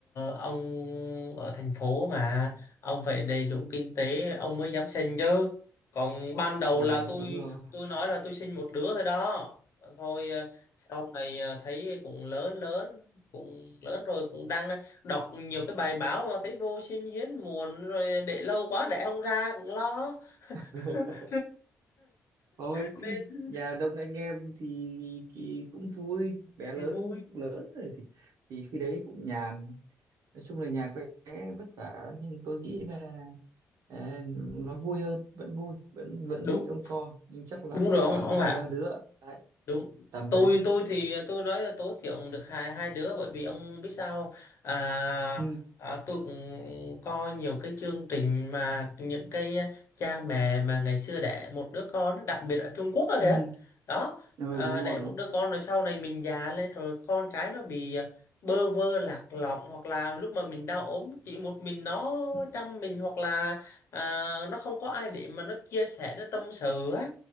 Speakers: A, on the left (about 55°); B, on the right (about 75°).
A: ông ở thành phố mà ông phải đầy đủ
B: ừ,
A: kinh tế ông mới dám sinh chứ. Còn ban đầu
B: ừ
A: là tôi
B: đúng rồi
A: tôi nói là tôi sinh một đứa thôi đó. Thôi ờ, sau này ờ, thấy cũng lớn lớn cũng lớn rồi cũng đang đọc nhiều cái bài báo mà thấy vô sinh hiếm muộn rồi để lâu quá đẻ không ra cũng lo.
B: <laughs>
A: <laughs>
B: thôi
A: Nên
B: cái nhà đông anh em thì, thì cũng vui bé lớn
A: thì vui.
B: lớn rồi thì thì khi đấy cũng nhàn nói chung là nhà quê vất vả nhưng tôi nghĩ là à, nó vui hơn vẫn vui vẫn vẫn
A: Đúng
B: thích đông co nhưng chắc là
A: đúng
B: sẽ
A: rồi ông
B: khoảng
A: ông
B: hai
A: ạ.
B: ba đứa đấy
A: đúng
B: tầm
A: tôi
B: đấy
A: tôi thì tôi nói là tối thiểu được hai hai đứa bởi vì ông biết sao không? à,
B: ừ
A: à tôi cũng coi nhiều cái chương trình mà những cái cha mẹ mà ngày xưa đẻ một đứa con đặc biệt ở Trung Quốc đó
B: ừ
A: kìa đó
B: ừ
A: à,
B: đúng
A: đẻ
B: rồi
A: một
B: đúng rồi
A: đứa con rồi sau này mình già lên rồi con cái nó bị bơ vơ lạc lõng hoặc là lúc mà mình đau ốm chỉ một mình nó
B: Ừ.
A: chăm mình hoặc là à, nó không có ai để mà nó chia sẻ nó tâm sự á